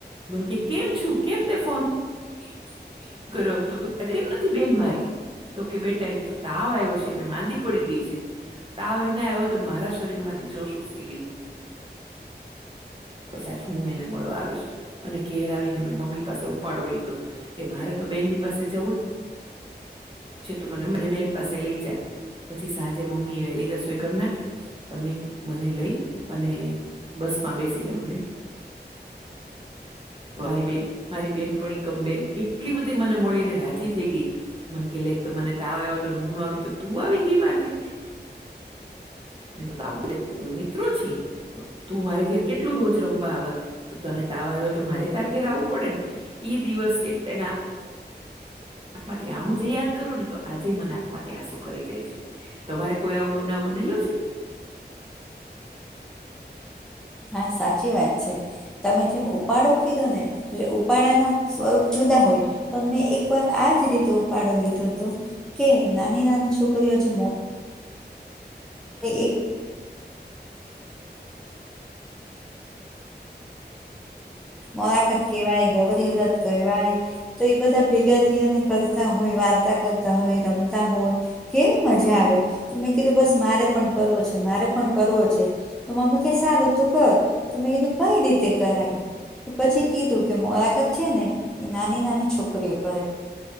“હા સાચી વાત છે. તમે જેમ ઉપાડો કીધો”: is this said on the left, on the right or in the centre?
Centre